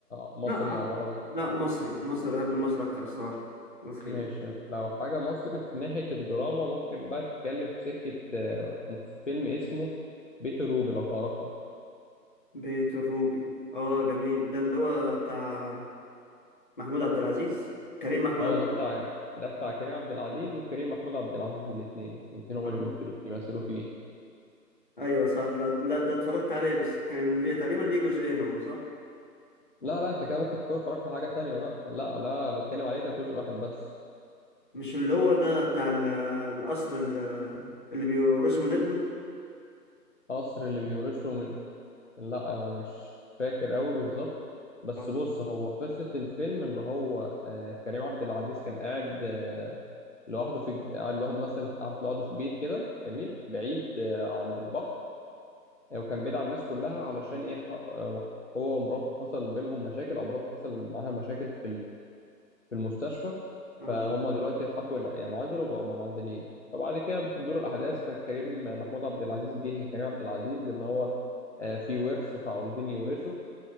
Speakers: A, on the left (about 45°); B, on the left (about 30°).
A: مصري
B: لا ع-
A: او عربي
B: لا مصري مصري بحب المصري اكتر الصراحه مصري
A: ماشي لو حاجه مصري في ناحيه الدراما ممكن بقى تتكلم في سكه آه، مس- فيلم اسمه بيت الروبي لو تعرفه
B: بيت الروبي اه جميل ده اللي هو بتاع محمود عبد العزيز كريم محمود
A: اه
B: عبد
A: ده
B: العزيز
A: بتاع ده بتاع كريم عبد العزيز وكريم محمود عبد العزيز الاثنين الاثنين هما
B: آه.
A: اللي بيمثلوا بيمثلوا فيه
B: ايوه صح لا لا ده اتفرجت عليه بس كان ليه تقريبا ليه جزئين هو صح
A: لا لا انت كده ممكن تكون اتفرجت على حاجة تانية بقى لا لا بتكلم عليه ده جزء واحد بس
B: مش اللي هو ده بتاع ال- القصر ال- اللي بيورثه من ابنه
A: قصر اللي بيورثه من لا انا مش فاكر قوي بالظبط بس
B: اه
A: بص هو قصة الفيلم اللي هو آه كريم عبد العزيز كان قاعد آه لوحده في الج- قاعد لوحده مثلا قاعد لوحده في بيت كده جميل بعيد آه عند البحر آه وكان بعيد عن الناس كلها علشان ايه ح- آه، هو ومراته حصل بينهم مشاكل او مراته حصل معاها مشاكل في في المستشفى
B: اه
A: فهم دلوقتي حبوا ينع- ينعزلوا وبقوا منعزلين فبعد كده بتدور الأحداث فكريم محمود عبد العزيز جه لكريم عبد العزيز إن هو آه، في ورث فعاوزين يورثوا